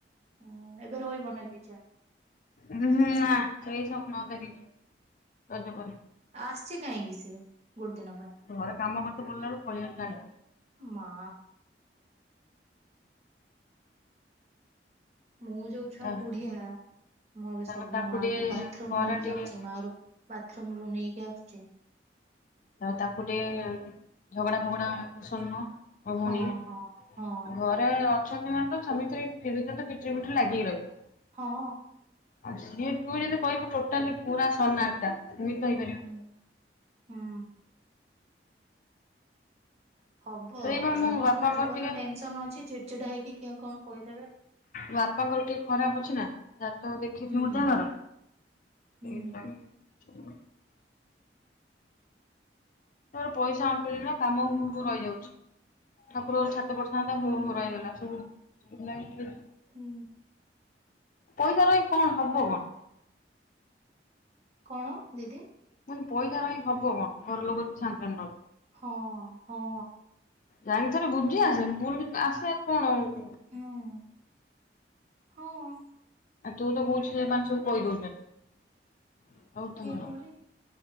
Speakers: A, on the right; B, on the left.
A: ଅଁ ଏବେ ରହିବ ନା ଲିଜା।
B: ଉହୁଁ ନା ସେଇ ସବୁ ନ ତାରିକ ରଜପରେ।
A: ଆସ୍ ଛି କାହିଁକି ସିଏ ଗୋଟେ ଦିନ ପାଇଁ?
B: ଘରେ କାମ କରିତେ ପଡଲା ବେଳକୁ ପଳେଇ ଆଉଚି ଦାଣ୍ଡକୁ।
A: ମା। ମୁଁ ଯୋଉ ଛୁଆ
B: ତା
A: କୁଢିଆ ମୁଁ ଏବେ
B: ତାପରେ
A: ସବୁ
B: ତାକୁ
A: ମୋ ମା
B: ଟିକେ
A: କୁ ବାଥରୁମ
B: ଘରେ
A: ନେଇକି
B: ଟିକେ
A: ଯାଉଛି ମା ର ବାଥରୁମ ରୁ ନେଇକି ଆସୁଚି।
B: ଆଉ ତାକୁ ଟିକେ ଝଗଡା ଫଗଡା ପସନ୍ଦ୍ ନୁହଁ। ମୋ
A: ହଁ
B: ଭଉଣୀ ଆଉ
A: ହଁ ହଁ
B: ଘର୍ ରେ ଅଛନ୍ତି ମାନେ ତ ସ୍ୱାମୀ ସ୍ପୀ <unintelligible> କିିଟରି ଫିଟରି ଲାଗିକି ରହିବ।
A: ହଁ।
B: ଆଉ ସିଏ ତୁ ଯଦି କହିବୁ ଟୋଟାଲି ପୁରା ସନା ଟା ସେମିତି ତ ହେଇପାରିବନି।
A: ହୁ ହୁଁ। ହବ
B: ସେଇ ବା
A: ସମସ୍ତଙ୍କ
B: ମୋ ବାପାଙ୍କର
A: ଜୀବନର
B: ଟିକେ
A: ଟେନସନ ଅଛି ଚିଡଚିଡା ହେଇକି କିଏ କଣ କହିଦେବେ।
B: ବାପାଙ୍କର ଟିକେ ଖରାପ ଅଛି ନା। ଜାତକ ଦେଖେଇଚି
A: ହୁଁ
B: ମୁଁ
A: ହୁଁ
B: ତାଙ୍କର
A: ହୁଁ
B: ଏଇତିପାଇଁ <unintelligible> ତାର ପଇସା ଅଣ୍ଟୁଚି ନା କାମ ହୁଁ ରହିଯାଉଛି ଠାକୁର ଘର ଛାତ ପଡିଥାନ୍ କାମ ହଉ ହଉ ରହିଗଲା ସବୁ ସେଇଥିଲାଗି ଟିକେ
A: ହୁଁ।
B: ପଇସା ରହିକି କଣ ହବ କଣ?
A: କଣ ଦିଦି।
B: ମୁଁ କହିନି ପଇସା ରହି ହବ କଣ ଘର ଲୋକ ଛାଁନ <unintelligible>
A: ହଁ ହଁ।
B: ଯାଇଁକି ଥରେ ବୁଝି ଆସ ବୁଲ ଆସେ କଣ ଆଉ
A: ହୁଁ ହଁ।
B: ଆଉ ତୁ ତ କହୁଛୁ ସେମାନେ ସବୁ କହିଦଉଛନ୍ତି, ଆଉ
A: କିଏ କୁହନି
B: <unintelligible>